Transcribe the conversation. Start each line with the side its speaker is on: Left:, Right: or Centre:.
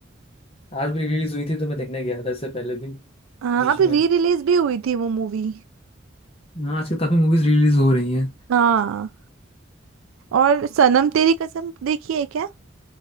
Left: आज भी रिलीज हुई थी तो मैं देखने गया था इससे पहले भी
Right: हाँ
Left: बीच
Right: अभी
Left: में
Right: री रिलीज भी हुई थी वो मूवी
Left: हाँ आजकल काफी मूवीज रिलीज हो रही हैं
Right: हाँ और सनम तेरी कसम देखी है क्या